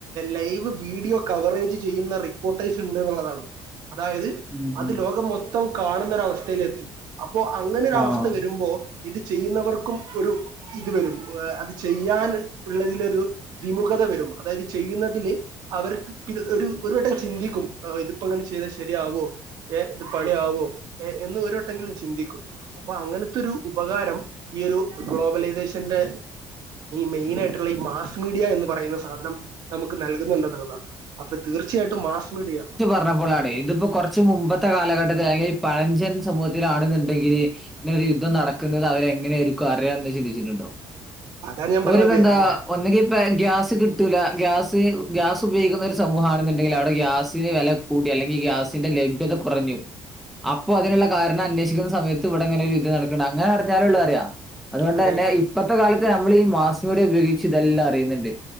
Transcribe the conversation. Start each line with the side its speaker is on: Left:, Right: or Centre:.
Right: ലൈവ് വീഡിയോ കവറേജ് ചെയ്യുന്ന റിപ്പോർട്ട്സ് ഉണ്ട് എന്നുള്ളതാണ് അതായത്
Centre: ഉം
Right: അത്
Centre: ഉം
Right: ലോകം മൊത്തം കാണുന്നൊരവസ്ഥയിലെത്തി അപ്പോ അങ്ങനെ ഒരു
Centre: ആഹ്
Right: അവസ്ഥ വരുമ്പോ ഇത് ചെയ്യുന്നവർക്കും ഒരു ഇത് വരും അത് ചെയ്യാൻ ഉള്ളതിലൊരു വിമുഖത വരും അതായത് ചെയ്യുന്നതില് അവർക്ക് പി ഒരു ഒരു വട്ടം ചിന്തിക്കും ആഹ്, ഇതിപ്പോ ഇങ്ങനെ ചെയ്താ ശരിയാവോ ഏഹ് ഇത് പണിയവോ ഏഹ് എന്ന് ഒരുവട്ടമെങ്കിലും ചിന്തിക്കും. അപ്പൊ അങ്ങനത്തെ ഒരു ഉപകാരം ഈ ഒരു ഗ്ലോബലൈസേഷൻ ത്തിന്റെ മൈനായിട്ടുള്ള ആയിട്ടുള്ള ഈ മാസ് മീഡിയ എന്ന് പറയുന്ന സാധനം നമുക്ക് നൽകുന്നുണ്ടെന്നുള്ളതാണ് അപ്പൊ തീർച്ചയായിട്ടും മാസ് മീഡിയ
Centre: പ്പോഴാണ് ഇതിപ്പോ കുറച്ച് മുമ്പത്തെ കാലഘട്ടത്തി അല്ലങ്കിൽ പഴഞ്ചൻ സമൂഹത്തി യത്തിലാണെന്നുണ്ടെങ്കില് ഇങ്ങനെയൊരു യുദ്ധം നടക്കുന്നത് അവരെ എങ്ങനൊയിരിക്കും ഓകേ അറിയാം ചിന്തിച്ചിട്ടുണ്ടോ
Right: അതാണ് ഞാൻ പറഞ്ഞത്
Centre: ഒര്തെന്താ
Right: അങ്ങ്
Centre: ഗ്യാസ് കിട്ടൂല ഗ്യാസ് ഗ്യാസ് ഉപയോഗിക്കുന്ന സമൂഹാണെന്നുണ്ടെങ്കിൽ അവിടെ ഗ്യാസിന് വില കൂട്ടി അല്ലെങ്കിൽ ഗ്യാസിന്റെ ലഭ്യത കുറഞ്ഞു അപ്പൊ അതിനുള്ള കാരണം അന്വേഷിക്കുന്ന സമയത്ത് ഇവിടെങ്ങനെ ഒരു ഇത് നടക്കുന്നുണ്ട് അങ്ങനെ അറിഞ്ഞാലോള്ളൂ ഒള്ളു അറിയാ അതുകൊണ്ട്
Right: അതെ
Centre: തന്നെ ഇപ്പത്തെ കാലത്ത് നമ്മൾ ഈ മാസ് മീഡിയ ഉപയോഗിച്ച് ഇതെല്ലാം അറിയുന്നുണ്ട്.